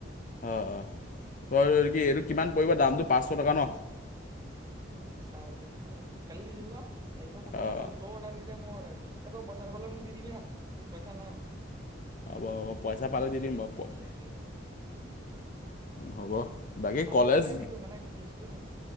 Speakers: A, on the left; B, on the right.
A: অহ', - অহ', -। ত' কি এইটো কিমান পৰিব দামটো পাঁচশ টকা ন?
B: চাৰে তাৰিখ মান কালি দিছিল ন' চাৰিশ সতৰ
A: অঁ
B: মানে হ'ল। তও অৰ্ডাৰ দি দে মইও অৰ্ডাৰ দি দিওঁ। তই পইচাটো মোক দি দিবি হাঁ, মোৰ পইচা নাই মানে।
A: হ'ব হ'ব পইচা পালে
B: মই দি দিম
A: বাৰু
B: পিছত
A: প-
B: হেৰি কৰি পেলাই।
A: হ'ব বাকী
B: আজিয়ে
A: কলেজ
B: অৰ্ডাৰ দি দিওঁ, মানে কেচ- শুন